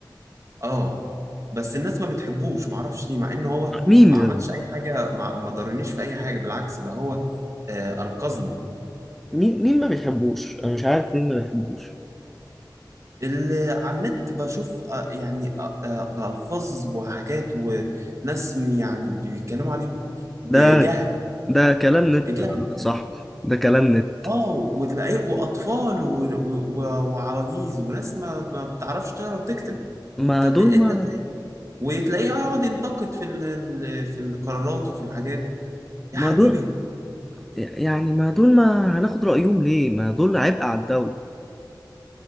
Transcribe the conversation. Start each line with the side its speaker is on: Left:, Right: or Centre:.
Right: اه بس الناس ما بتحبوش معرفش ليه مع ان هو
Centre: مين
Right: ما
Centre: ده
Right: عملش اي حاجه ما, ما ضرنيش في اي حاجه بالعكس ده هو آه انقذني
Centre: مين مين ما بيحبوش انا مش عارف مين ما بيحبوش
Right: اللي على النت بشوف آه يعني آه آه الفاظ وحاجات وناس م- يعني بيتكلموا عليه بجهل
Centre: ده ده كلام نت
Right: بجهل
Centre: يا صاحبي ده كلام نت
Right: اه وتلاقيه واطفال و- و- و- وعواجيز وناس ما, ما بتعرفش تقرا وتكتب
Centre: ما
Right: طب
Centre: دول
Right: انت
Centre: ما
Right: فين وتلاقيه يقعد ينتقد في ال- ال- في القرارات وفي الحاجات يا
Centre: ما
Right: حبيبي
Centre: دول يعني ما دول ما هناخد رأيهم ليه ما دول عبء على الدولة